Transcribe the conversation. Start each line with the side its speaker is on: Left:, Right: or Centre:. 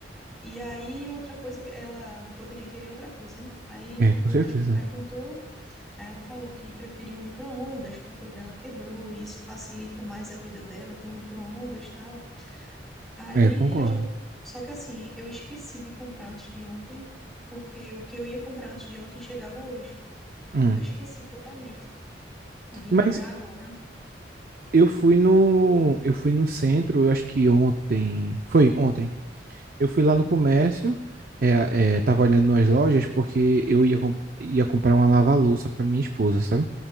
Centre: e aí outra coisa que ela poderia querer outra coisa, né? Aí
Right: É,
Centre: quando
Right: com certeza.
Centre: a gente perguntou, aí ela falou que preferia um micro-ondas, porque o dela quebrou, e isso facilita mais a vida dela, ter um micro-ondas e tal. Aí
Right: É, concordo.
Centre: a gente. Só que assim, eu esqueci de comprar antes de ontem, porque o que eu ia comprar antes de ontem chegava hoje.
Right: Hum.
Centre: Eu esqueci totalmente. Vim
Right: Mas
Centre: lembrar agora.
Right: eu fui no, eu fui no centro, eu acho que ontem, foi ontem. Eu fui lá no comércio, é, é, tava olhando nas lojas porque eu ia, comp- ia comprar uma lava-louça para minha esposa, sabe?